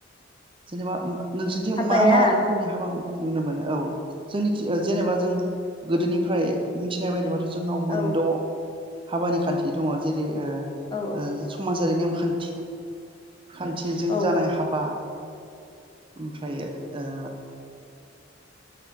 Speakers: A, on the right; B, on the left.
A: जेनेबा नोंसोरथिं
B: हाबाया
A: मा मा रोखोमनि हाबामो नुनो मोनो औ जोंनिथि जेनेबा जों गोदोनिफ्राय मिथिनाय बायदिबाथ' जों जोंनाव मोनद'
B: औ
A: हाबानि खान्थि दङ जेरै रै ओ
B: औ
A: ओ समाजारि नेमखान्थि खान्थिजों खान्थिजों
B: औ
A: जानाय हाबा ओमफ्रायो ओ